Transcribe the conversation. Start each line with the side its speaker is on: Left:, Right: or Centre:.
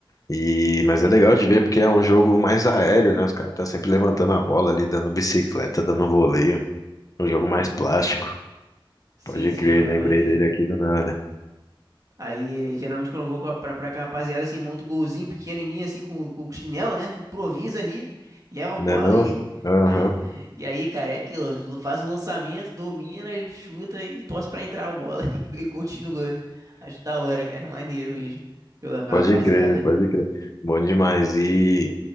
Left: E, mas é legal de ver porque é um jogo mais aéreo, né? Os caras estão sempre levantando a bola ali, dando bicicleta, dando voleio. É Um jogo mais plástico.
Right: Sim,
Left: Pode
Right: sim,
Left: crer,
Right: é, é
Left: lembrei
Right: maneiro.
Left: dele aqui do nada.
Right: Aí, eh, geralmente, quando eu vou com a- pra praia com a rapaziada, assim, monta um golzinho pequenininho, assim, com, com chinelo, né? Improvisa ali, leva a bola
Left: Não é não?
Right: e
Left: Aham.
Right: <laughs> E aí, cara, é aquilo. lu- Faz o lançamento, domina, chuta e torce pra entrar a bola. <laughs> E continua. Acho da hora, cara. Maneiro mesmo. Jogar com
Left: Pode
Right: a rapaziada.
Left: crer, pode
Right: <laughs>
Left: crer. Bom demais. E